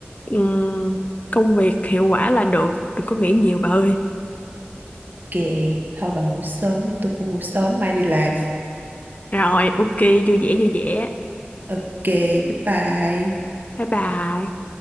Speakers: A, on the left (about 35°); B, on the right (about 50°).
A: ừm, công việc hiệu quả là được. Đừng có nghĩ nhiều bà ơi.
B: kì thôi bà ngủ sớm đi tôi cũng ngủ sớm mai đi làm
A: Rồi, ok, vui vẻ vui vẻ.
B: ok bye bye
A: Bye bye.